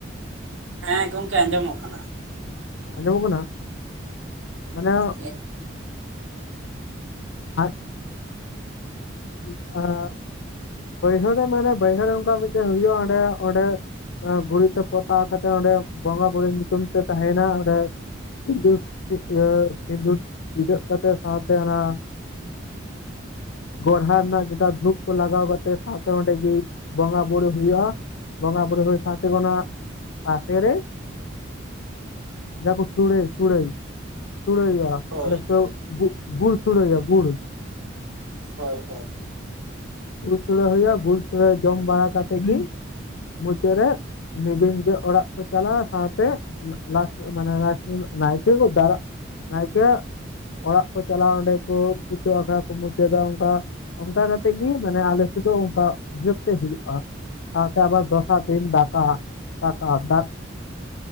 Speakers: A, on the right; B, on the left.
A: ᱦᱮᱸ ᱜᱚᱢᱠᱮ ᱟᱸᱡᱚᱢᱼᱚᱜ ᱠᱟᱱᱟ᱾
B: ᱟᱸᱡᱚᱢᱼᱚᱜ ᱠᱟᱱᱟ ᱢᱟᱱᱮ
A: ᱦᱮᱸ
B: <unintelligible> <unintelligible> ᱵᱟᱹᱭᱦᱟᱹᱲ ᱨᱮ ᱢᱟᱱᱮ ᱵᱟᱹᱭᱦᱟᱹᱲ ᱚᱱᱠᱟ ᱢᱤᱫᱴᱮᱡ ᱦᱩᱭᱩᱜᱼᱟ ᱚᱸᱰᱮ ᱚᱸᱰᱮ ᱜᱷᱩᱨᱤᱡ ᱛᱮ ᱯᱚᱛᱟᱣ ᱠᱟᱛᱮᱜ ᱚᱸᱰᱮ ᱵᱚᱸᱜᱟ ᱵᱩᱨᱩ ᱧᱩᱛᱩᱢ ᱛᱮ ᱛᱟᱦᱮᱱᱟ ᱚᱸᱰᱮ ᱥᱤᱸᱫᱩᱨ ᱤᱭᱟᱹ ᱥᱤᱸᱫᱩᱨ ᱴᱤᱫᱟᱹᱜ ᱠᱟᱛᱮ ᱥᱟᱶᱛᱮ ᱚᱱᱟ ᱜᱚᱲᱦᱟ ᱨᱮᱱᱟᱜ ᱡᱮᱴᱟ ᱫᱷᱩᱯ ᱠᱚ ᱞᱟᱜᱟᱣ ᱠᱟᱛ ᱟᱯᱮ ᱥᱟᱶᱛᱮ ᱚᱸᱰᱮᱜᱤ ᱵᱚᱸᱜᱟ ᱵᱩᱨᱩ ᱦᱩᱭᱩᱜᱼᱟ ᱵᱚᱸᱜᱟ ᱵᱩᱨᱩ ᱦᱩᱭᱩᱜ ᱥᱟᱶᱛᱮ ᱚᱱᱟ ᱯᱟᱥᱮ ᱨᱮ ᱡᱟᱦᱟᱸ ᱠᱩ ᱥᱩᱲᱟᱹᱭ ᱥᱩᱲᱟᱹᱭ ᱥᱩᱲᱟᱹᱭ ᱟ
A: ᱦᱳᱭ
B: ᱟᱫᱚ ᱠᱚ ᱜᱩᱲ ᱥᱩᱲᱟᱹᱭᱟ ᱜᱩᱲ
A: ᱦᱳᱭ ᱦᱳᱭ
B: ᱜᱩᱲ ᱥᱩᱲᱟᱹ ᱦᱩᱭᱩᱜᱼᱟ ᱜᱩᱲ ᱥᱩᱲᱟᱹ ᱡᱚᱢ ᱵᱟᱲᱟ ᱠᱟᱛᱮ ᱜᱤ ᱢᱩᱪᱟᱹᱫ ᱨᱮ ᱱᱤᱡᱮ ᱱᱤᱡᱮ ᱚᱲᱟᱜ ᱠᱚ ᱪᱟᱞᱟᱜᱼᱟ ᱥᱟᱶᱛᱮ ᱟᱥ ᱢᱟᱱᱮ <inaudible> ᱱᱟᱭᱠᱮ ᱠᱚ ᱫᱟᱨᱟ ᱱᱟᱭᱠᱮ ᱚᱲᱟᱜ ᱠᱚ ᱪᱟᱞᱟᱣ ᱚᱸᱰᱮᱠᱩ ᱠᱤᱪᱷᱩ ᱟᱠᱷᱲᱟ ᱠᱚ ᱢᱩᱪ <inaudible> ᱚᱱᱠᱟ ᱚᱱᱠᱟ ᱠᱟᱛᱮ ᱜᱮ ᱢᱟᱱᱮ ᱟᱞᱮ ᱥᱮᱫ ᱫᱚ ᱚᱱᱠᱟ ᱦᱩᱭᱩᱜᱼᱟ ᱥᱟᱶᱛᱮ ᱟᱵᱟᱨ ᱫᱚᱥᱟᱨ ᱫᱤᱱ ᱫᱟᱠᱟ ᱫᱟᱠᱟ ᱫᱟᱼᱼ